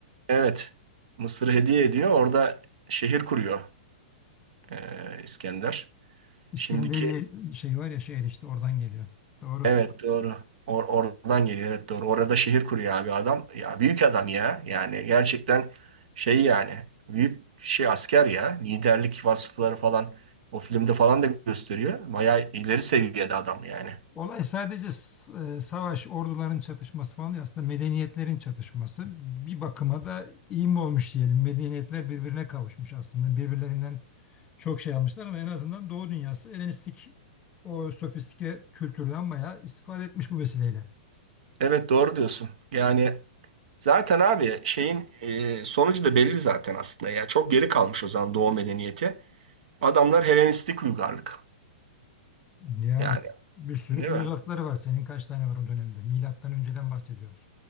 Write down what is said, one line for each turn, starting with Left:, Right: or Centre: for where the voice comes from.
Right: Evet. Mısır'ı hediye ediyor. Orada şehir kuruyor ee, İskender.
Left: İskenderiye
Right: Şimdiki
Left: şey var ya şehir işte oradan geliyor. Doğru.
Right: Evet doğru. Or oradan geliyor. Evet doğru. Orada şehir kuruyor abi adam. Ya büyük adam ya. Yani gerçekten şey yani büyük şey asker ya. Liderlik vasıfları falan o filmde falan da gösteriyor. Bayağı ileri seviyede adam yani.
Left: Olay sadece s- e, savaş, orduların çatışması falan değil. Aslında medeniyetlerin çatışması. Bir bakıma da iyi mi olmuş diyelim. Medeniyetler birbirine kavuşmuş aslında. Birbirlerinden çok şey almışlar ama en azından Doğu dünyası Helenistik o sofistike kültürden bayağı istifade etmiş bu vesileyle.
Right: Evet doğru diyorsun. Yani zaten abi şeyin e, sonucu da belli zaten aslında ya. Çok geri kalmış o zaman Doğu medeniyeti. Adamlar Helenistik uygarlık.
Left: Yani
Right: Yani
Left: bir sürü
Right: değil
Left: filozofları
Right: mi?
Left: var. Senin kaç tane var o dönemde? Milattan önceden bahsediyoruz.